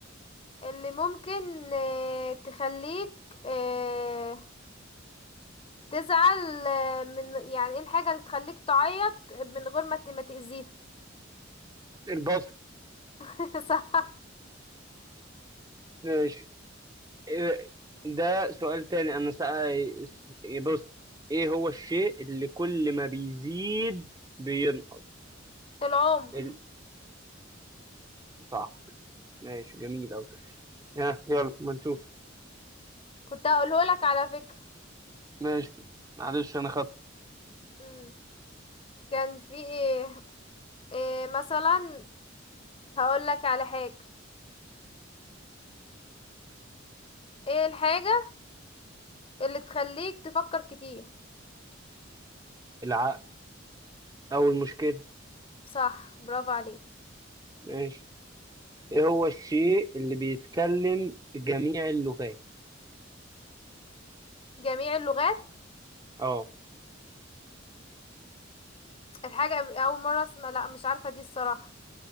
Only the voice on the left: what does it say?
اللي ممكن آه، تخليك آه، تزعل آه، من يعني ايه الحاجة اللي تخليك تعيط من غير ما ت- ما تأذيها
<laughs> صح
العمر
كنت هقوله لك على فكرة
مم. كان في ايه, إيه مثلا هقول لك على حاجة ايه الحاجة اللي تخليك تفكر كتير
صح برافو عليك
جميع اللغات
الحاجة أول مرة اسمع لا مش عارفة دي الصراحة